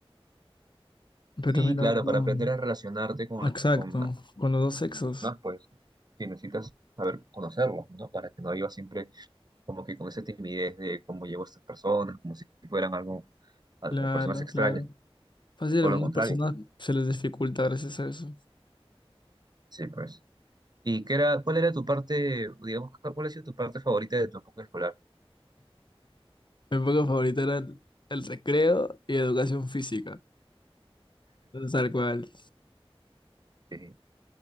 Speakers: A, on the left (about 50°); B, on the right (about 45°).
A: Pero
B: Sí,
A: mira,
B: claro,
A: la verdad,
B: para aprender a relacionarte con,
A: exacto,
B: con las
A: con los dos sexos.
B: personas, pues sí, necesitas saber conocerlas, ¿no? Para que no vivas siempre como que con esa timidez de cómo llevo a estas personas, como si fueran algo, al-
A: Claro,
B: personas extrañas,
A: claro. Fácil, a
B: todo
A: algunas
B: lo contrario.
A: personas se les dificulta gracias a eso.
B: Sí, pues. ¿Y qué era, cuál era tu parte, digamos, cuál ha sido tu parte favorita de tu época escolar?
A: Mi época favorita era el, el recreo y educación física. Tal cual.
B: Sí,